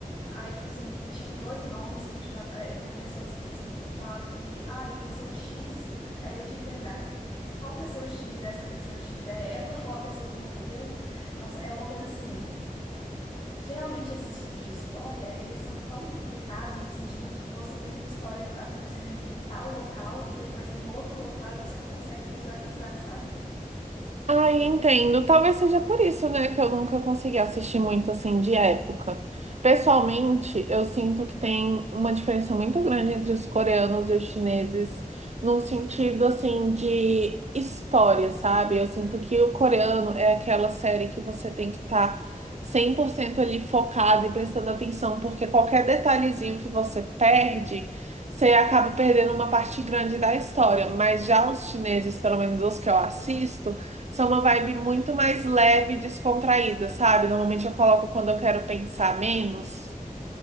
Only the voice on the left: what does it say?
Aí, tipo assim, tinham dois nomes que, tipo, a- é, uma pessoa se se falava que, ai, pessoa X, aí eu tinha que lembrar. Qual pessoa X é essa pessoa X? É ela ou a pessoa que morreu? Nossa, é uma coisa assim. Geralmente esses de de história, eles são tão complicados no sentido de você tem uma história acontecendo em, em tal local e depois tem outro local e você não consegue visualizar, sabe?